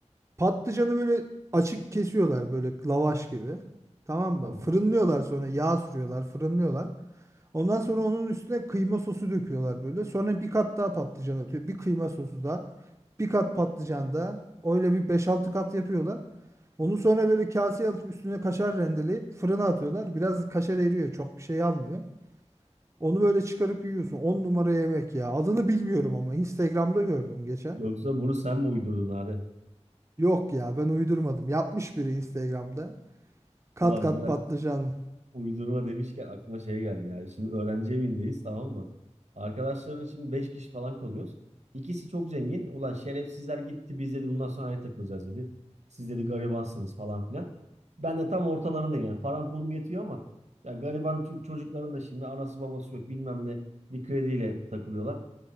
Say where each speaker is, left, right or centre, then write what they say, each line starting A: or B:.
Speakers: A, on the right (about 25°); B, on the right (about 70°).
A: patlıcanı böyle açık kesiyorlar böyle lavaş gibi. Tamam mı?
B: Tamam.
A: Fırınlıyorlar sonra yağ sürüyorlar, fırınlıyorlar. Ondan sonra onun üstüne kıyma sosu döküyorlar böyle. Sonra bir kat daha patlıcan atıyor. Bir kıyma sosu daha. Bir kat patlıcan daha. Öyle bir beş altı kat yapıyorlar. Onu sonra böyle kaseye alıp üstüne kaşar rendeleyip fırına atıyorlar. Biraz kaşar eriyor. Çok bir şey almıyor. Onu böyle çıkarıp yiyorsun. 10 numara yemek ya. Adını bilmiyorum ama Instagram'da gördüm geçen.
B: Yoksa bunu sen mi uydurdun Adem?
A: Yok ya ben uydurmadım. Yapmış biri Instagram'da. Kat
B: Ulan
A: kat
B: birader
A: patlıcan.
B: Uydurma demişken aklıma şey geldi ya. Şimdi öğrenci evindeyiz tamam mı? Arkadaşların şimdi 5 kişi falan kalıyoruz. İkisi çok zengin. Ulan şerefsizler gitti biz dedi bundan sonra ayrı takılacağız dedi. Siz dedi garibansınız falan filan. Ben de tam ortalarındayım yani. Param pulum yetiyor ama ya gariban ço- çocukların da şimdi anası babası yok bilmem ne bir krediyle takılıyorlar.